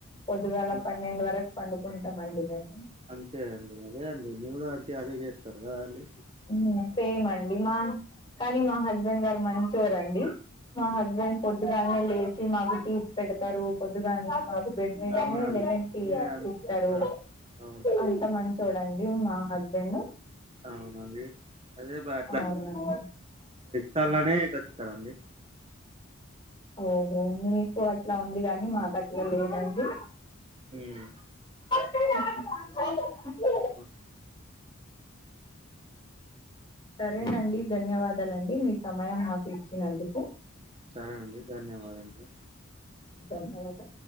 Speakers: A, on the left; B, on the right.
A: పొద్దుగాల
B: ఉమ్,
A: పన్నెండు వరకు పండుకుంటమండి మేము
B: అంతే అండి అదే అండి మీరు అంతే అదే చేస్తరు కదా అండి
A: ఉమ్ సేమ్ అండి మా కానీ మా హస్బెండ్ గారు మంచోరండీ, మా హస్బె ఈవెన్ పొద్దుగాలనే లేచి నాకు టీ పెడతరు పొద్దుగాల నాకు బెడ్ మీదనే
B: అవునండి
A: లెమన్ టీ
B: నేను అన్
A: ఇస్తారు,
B: ఆ అవును
A: అంత మంచోడం మా హస్బెండ్
B: అవునా అండి అదే బ
A: అవునండి
B: తాల్లనే తెస్తరండి
A: ఓహో మీకు అట్లా ఉంది గాని మాకు అట్లా లేదండి.
B: హ్మ్
A: <inaudible>
B: ఓ
A: సరేనండి,
B: ఉమ్.
A: ధన్యవాదాలండి మీ సమయం మాకు ఇచ్చినందుకు.
B: సరేనండి ధన్యవాదములు
A: ధన్యవాదాలు